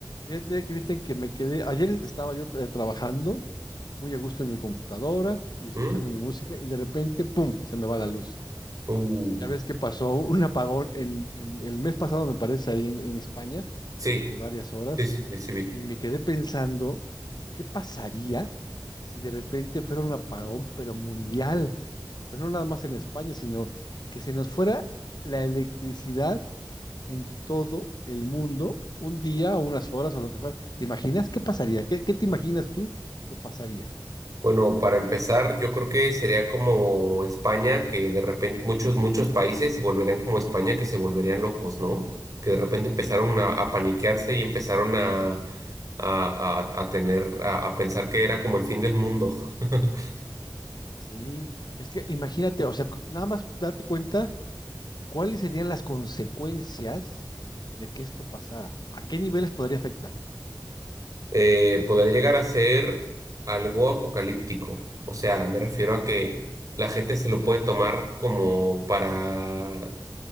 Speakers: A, on the left; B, on the right.
A: Fíjate, Cristian, que me quedé, ayer estaba yo eh, trabajando muy a gusto en mi computadora y escuchando
B: ¿Mm?
A: mi música y de repente, ¡pum!, se me va la luz.
B: Uh,
A: Y ya ves que pasó un apagón en, en- el mes pasado, me parece, ahí en, en España,
B: sí,
A: de varias horas,
B: sí, sí, sí, sí vi.
A: y me quedé pensando, ¿qué pasaría si de repente fuera un apagón, pero mundial? O sea, no nada más en España, sino que se nos fuera la electricidad en todo el mundo, un día o unas horas o lo que fuera. ¿Te imaginas qué pasaría? ¿Qué, qué te imaginas tú que pasaría?
B: Bueno, para empezar, yo creo que sería como España, que de repente muchos, muchos países se volverían como España, que se volverían locos, ¿no? Que de repente empezaron a, a paniquearse y empezaron a, a, a- a tener, a, a pensar que era como el fin del mundo. <laughs>
A: Sí, es que imagínate, o sea, nada más date cuenta cuáles serían las consecuencias de que esto pasara, a qué niveles podría afectar.
B: Eh, podría llegar a ser algo apocalíptico. O sea, me refiero a que la gente se lo puede tomar como para